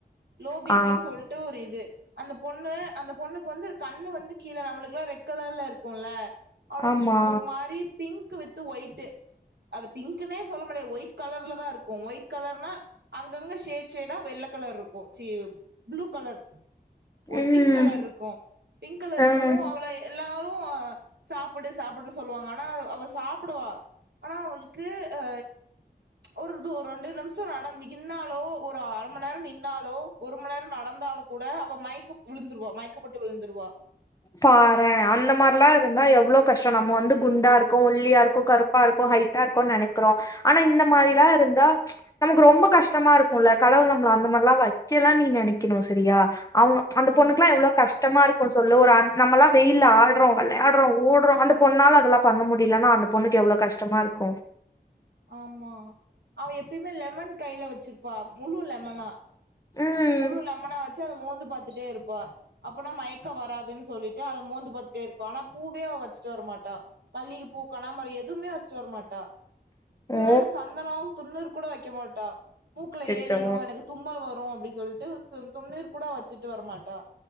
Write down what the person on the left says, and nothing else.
ஆ
ஆமா
ம்
ஆ
பாற அந்த மாரிலா இருந்தா எவ்ளோ கஷ்டம் நம்ம வந்து குண்டா ருக்கோ ஒல்லியா ருக்கோ கருப் பா ருக்கோ ஹைட்டா இருக்கோனு நனைக்றோ ஆனா இந்த மாரிலா இருந்தா நமக் ரொம்ப கஷ்ட் ட்டமா இருக்குல்ல கடவுள் நம்ள அந்த மாரிலா வைக்கல நீ நனைக்கணு சரியா அவுங் அந்த
பொண்ணுகெலாம் எவ்ளோ கஷ்டமாருக்கு சொல்லு ஒரு அ நம்ளாம் வெயில்ல ஆட்றோம் விளையாடுறோ ஓட்றோ அந்த பொண்ணால அதெல்லா பண்ண முடிலன்னா அந்த பொண்ணுக்கு எவ்ளோ கஷ்டமாருக்கும்
ம்
ஓ
அச்சச்சோ